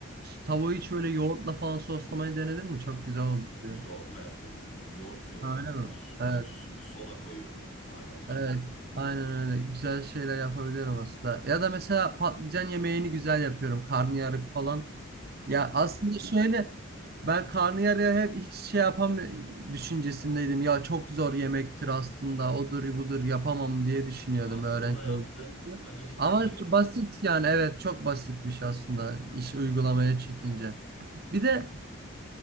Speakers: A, on the right; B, on the left.
A: tavuğu hiç böyle yoğurtla falan soslamayı denedin mi? Çok güzel oluyor.
B: E, Bir yoğurtla yapıyorum ben zaten. Yoğurt koyuyorum
A: Ha, Öyle
B: mesela
A: mi?
B: su-
A: Evet,
B: e, su- soda koyuyorum maden suyu.
A: evet. Aynen öyle. Güzel şeyler yapabiliyorum aslında. Ya da mesela patlıcan yemeğini güzel yapıyorum. Karnıyarık falan.
B: O
A: Ya aslında şöyle ben karnıyarığı hep hiç şey yapam düşüncesindeydim. Ya çok zor yemektir aslında. Odur budur yapamam diye düşünüyordum
B: Aslında
A: öğrenci
B: yaptığın
A: olarak.
B: bence hiçbir
A: Ama
B: şey yok.
A: basit yani evet çok basitmiş aslında iş uygulamaya
B: Hı hı.
A: çekince. Bir de